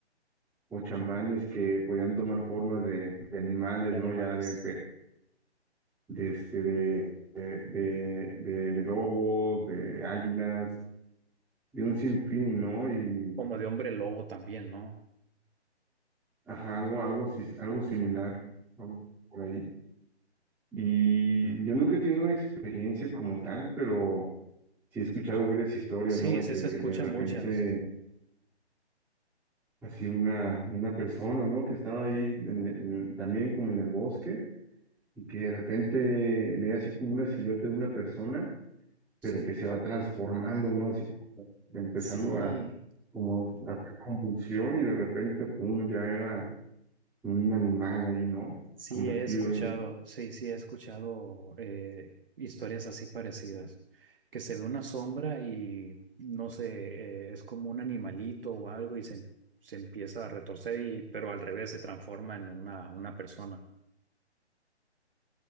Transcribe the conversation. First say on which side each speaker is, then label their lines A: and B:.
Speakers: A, in the centre; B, on the right (about 55°).
A: o chamanes que podían tomar formas de, de animales,
B: de
A: ¿no?
B: animales,
A: Ya de, pe- de este, de, de, de, de de lobos, de águilas, de un sinfín, ¿no? Y
B: como de hombre lobo también, ¿no?
A: Ajá, algo, algo así, algo
B: Ujú.
A: similar, algo por ahí. Y yo nunca he tenido una experiencia como tal, pero sí he escuchado varias historias,
B: Sí,
A: ¿no? De
B: sí
A: que de
B: se escuchan
A: repente,
B: muchas.
A: así una, una persona, ¿no? Que estaba ahí en el- también como en el bosque y que de repente ve así como una silueta de una persona,
B: Sí,
A: pero que se va transformando, ¿no? Así como empezando
B: sí,
A: a, como a hacer convulsión y de repente, pum, ya era un animal ahí, ¿no?
B: sí
A: Convertido
B: he escuchado, sí, sí he escuchado eh, historias así parecidas, que se ve una sombra y no sé, eh, es como un animalito o algo y se, se empieza a retorcer y, pero al revés se transforma en una, una persona.